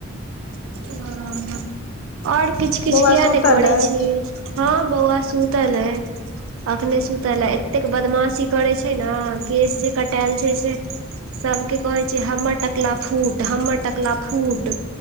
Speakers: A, on the right; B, on the left.
A: ह आओर किछु किछु
B: बौआ
A: किया
B: सुतल
A: ने करै
B: अछि
A: छी हँ बौआ सुतल अय अखने सुतल लए एतेक बदमाशी करै छै ने केश जे कटायल छै से सभके कहै छै हमर टकला फूट हमर टकला फूट